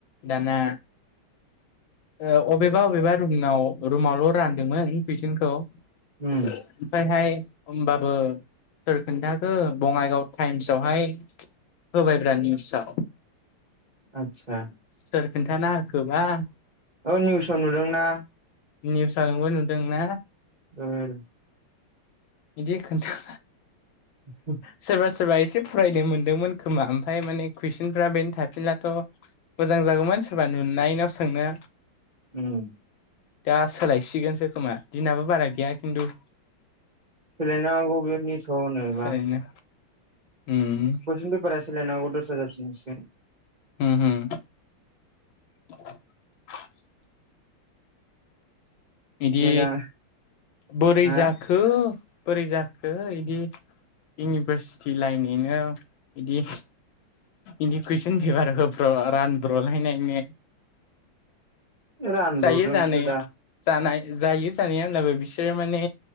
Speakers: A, on the left (about 75°); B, on the right (about 65°).
A: दाना ओ अबेबा अबेबा रुमनाव रुमावल' रानदोंमोन कुइसनखौ। ओमफ्राय
B: उम
A: हाय होमबाबो सोर खोन्थाखो बङाइगाव टाइम्सावहाय होबायब्रा निउसाव।
B: आतसा
A: सोर खोन्थाना होखोबा।
B: औ निउसाव नुदोंना।
A: निउस नोंबो नुदों ना?
B: उम
A: बिदि खोन्था
B: <inaudible>
A: सोरबा सोरबा एसे फरायनो मोनदोंमोन खोमा ओमफ्राय माने कुइसनफ्रा बेनो थाफिनलाथ' मोजां जागौमोन सोरबा नुनायनाव सोंनो।
B: उम
A: दा सोलायसिगोनसो खोमा दिनाबो बारा गैया खिन्थु।
B: सोलायनो हागौ बे निउसआव होनायबा।
A: सोलायनो उम
B: कुइसन बेपारा सोलायनो हागौ दस्रा जाफिनसिगोन।
A: होम होम <inaudible> बिदि
B: मोजां
A: बोरै
B: हा
A: जाखो? बोरै जाखो इदि इउनिभारसिटि लायनायनो इदि इदि कुइसन पेपार होब्र' रानब्र'लायनायनो।
B: रानब्रबदोंसो
A: जायो जानाय
B: दा
A: जानाय जायो जानाय होनलाबो बिसोरो माने